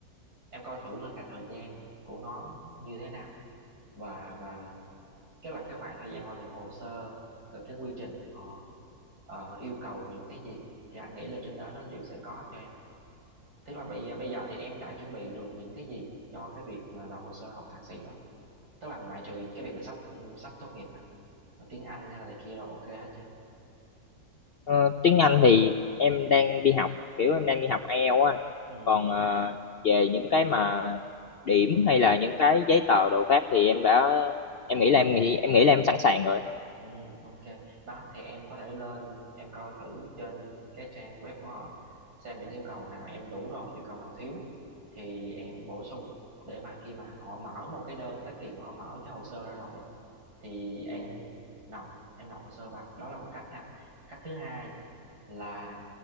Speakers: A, on the right (about 75°); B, on the left (about 55°).
A: em coi thử là cái thời gian của nó như thế nào và và cái là cái khoảng thời gian họ nhận hồ sơ rồi cái quy trình họ ờ, yêu cầu những cái gì thì anh nghĩ là trên đó nó đều sẽ có cho em tức là bây bây giờ thì em đã chuẩn bị được những cái gì cho cái việc mà nộp hồ sơ học thạc sĩ rồi tức là ngoại trừ cái việc là sắp sắp tốt nghiệp nè rồi tiếng Anh hay là này kia rồi ok hết chưa
B: Ờ, tiếng Anh thì em đang đi học kiểu em đang đi học IELTS á anh
A: ừ,
B: còn
A: ừ,
B: ờ, về những cái mà điểm hay là những cái giấy tờ đồ khác thì em đã em nghĩ là em nghĩ em nghĩ là em sẵn sàng rồi á.
A: ừ, ok đó thì em có thể lên em coi thử trên cái trang web của họ xem những yêu cầu nào em đủ rồi yêu cầu nào thiếu thì em bổ sung để mà khi mà họ mở một cái đơn tới kỳ mà họ mở cái hồ sơ ra rồi á thì em nộp em nộp hồ sơ vào đó là một cách ha cách thứ hai là